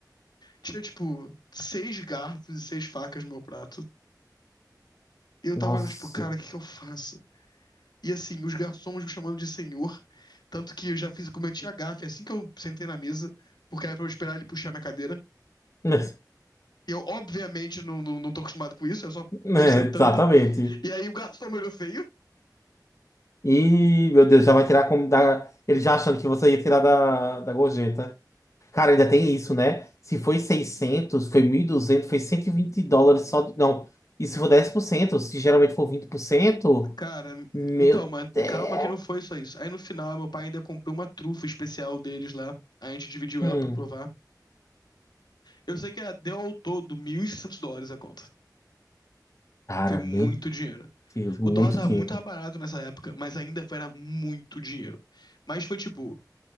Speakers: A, on the left; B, on the left.
A: Tinha, tipo, seis garfos e seis facas no meu prato. E eu
B: Nossa.
A: tava olhando, tipo, cara, o que que eu faço? E assim, os garçons me chamando de senhor. Tanto que eu já fiz, eu cometi a gafe assim que eu sentei na mesa, porque era pra eu esperar ele puxar minha cadeira.
B: <laughs>
A: eu, obviamente, não, não, não tô acostumado com isso, eu só
B: É,
A: fui sentando.
B: exatamente.
A: E aí o garçom me olhou feio.
B: E, meu Deus, já vai tirar como da... Ele já achando que você ia tirar da, da gorjeta. Cara, ainda tem isso, né? Se foi 600, foi 1.200, foi 120 dólares só. de- Não, e se for 10%? se geralmente for 20%?
A: Cara,
B: meu
A: então, mas
B: Deus.
A: calma que não foi só isso. Aí no final, meu pai ainda comprou uma trufa especial deles lá. A gente dividiu
B: Hum.
A: ela pra provar. Eu sei que ah, deu ao todo 1.600 dólares a conta.
B: Cara,
A: Foi muito
B: meu
A: dinheiro.
B: Deus, muito
A: O dólar tava
B: dinheiro.
A: muito mais barato nessa época, mas ainda foi, era muito dinheiro. Mas foi tipo.